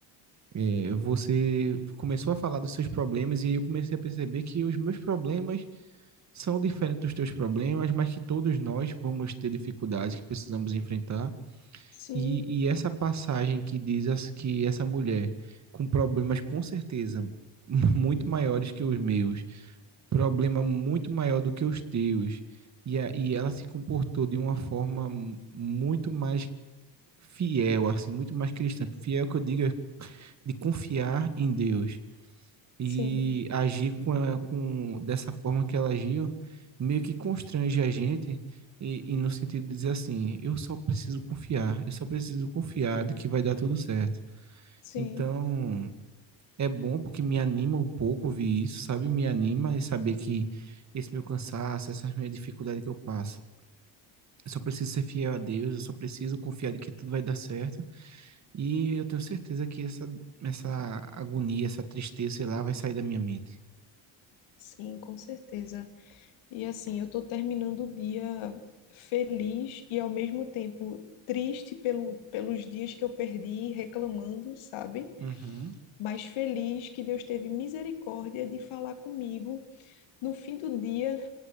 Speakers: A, on the right; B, on the left.
A: é, você começou a falar dos seus problemas e aí eu comecei a perceber que os meus problemas são diferentes dos teus problemas, mas que todos nós vamos ter dificuldades que precisamos enfrentar.
B: Sim,
A: E, e essa passagem que diz as- que essa mulher com problemas com certeza <laughs> muito maiores que os meus, problema muito maior do que os teus, e, a, e ela se comportou de uma forma muito mais fiel, assim, muito mais cristã. Fiel que eu digo é de confiar em Deus e
B: sim,
A: agir com, a- com dessa forma que ela agiu, meio que constrange a gente e, e no sentido de dizer assim, eu só preciso confiar, eu só preciso confiar de que vai dar tudo certo.
B: sim,
A: Então, é bom porque me anima um pouco ouvir isso, sabe? Me anima e saber que esse meu cansaço, essa minha dificuldade que eu passo, eu só preciso ser fiel a Deus, eu só preciso confiar de que tudo vai dar certo E eu tenho certeza que essa, essa agonia, essa tristeza, sei lá, vai sair da minha mente.
B: sim, com certeza. E assim, eu estou terminando o dia feliz e ao mesmo tempo triste pelo, pelos dias que eu perdi reclamando, sabe?
A: Uhum,
B: Mas feliz que Deus teve misericórdia de falar comigo no fim do dia